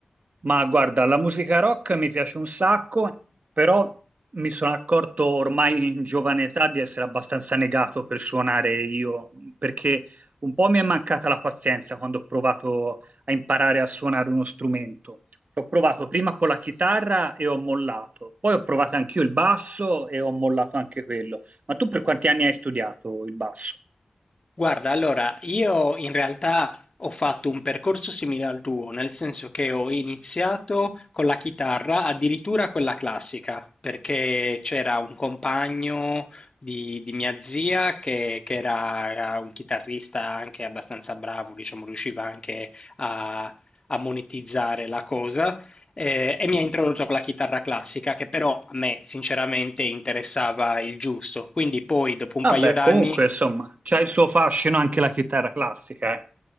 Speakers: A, on the right; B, on the left.
A: Ma guarda, la musica rock mi piace un sacco, però mi sono accorto ormai in giovane età di essere abbastanza negato per suonare io, perché un po' mi è mancata la pazienza quando ho provato a imparare a suonare uno strumento. Ho provato prima con la chitarra e ho mollato, poi ho provato anch'io il basso e ho mollato anche quello. Ma tu per quanti anni hai studiato il basso?
B: Guarda, allora, io in realtà ho fatto un percorso simile al tuo, nel senso che ho iniziato con la chitarra, addirittura quella classica, perché c'era un compagno di, di mia zia che, che era un chitarrista anche abbastanza bravo, diciamo, riusciva anche a, a monetizzare la cosa. eh, e mi ha introdotto con la chitarra classica, che però a me sinceramente interessava il giusto. Quindi poi, dopo un
A: Vabbè,
B: paio d'anni,
A: comunque, insomma, c'ha il suo fascino anche la chitarra classica, eh.